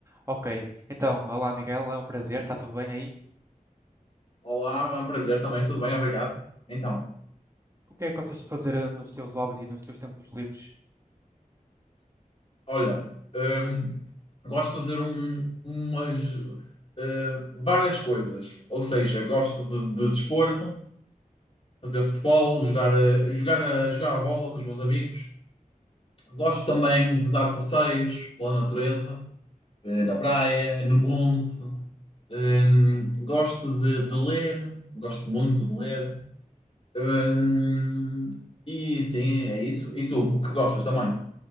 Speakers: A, on the right; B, on the left.
A: Ok, então, olá Miguel, é um prazer, está tudo bem aí?
B: Olá, é um prazer também,
A: Ok.
B: tudo bem, obrigado. Então,
A: O que é que gostas de fazer eh, nos teus hobbies e nos teus tempos livres?
B: olha, hum, gosto de fazer um- umas eh, várias coisas, ou seja, gosto de, de desporto, fazer futebol, jogar a, jogar a, jogar a bola com os meus amigos. Gosto também de dar passeios pela natureza, eh, na praia, no monte. Hum, gosto de, de ler, gosto muito de ler. Hum, e sim, é isso. E tu, o que gostas também?